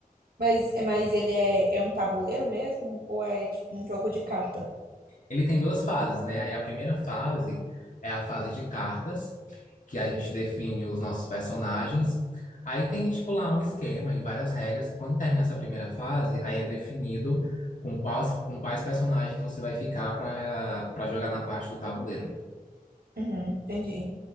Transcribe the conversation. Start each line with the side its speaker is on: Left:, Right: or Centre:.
Right: Mas, mas ele é, é um tabuleiro mesmo? Ou é tipo um jogo de carta?
Left: Ele tem duas fases, né? Aí a primeira fase é a fase de cartas, que a gente define os nossos personagens. Aí tem, tipo, lá um esquema e várias regras. que Quando termina essa primeira fase, aí é definido com quais, com quais personagens você vai ficar para para jogar na parte do tabuleiro.
Right: Uhum, entendi.